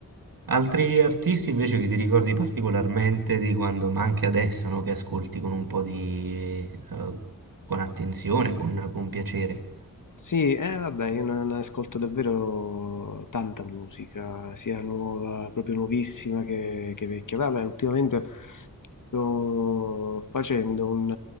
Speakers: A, on the right (about 85°); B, on the left (about 65°).
A: altri artisti invece che ti ricordi particolarmente di quando, ma anche adesso, no? Che ascolti con un po' di, eh, con attenzione, con, con piacere.
B: Sì, eh, vabbè, io non non ascolto davvero tanta musica, sia nuova, proprio nuovissima che, che vecchia. Vabbè, ultimamente Sto facendo un...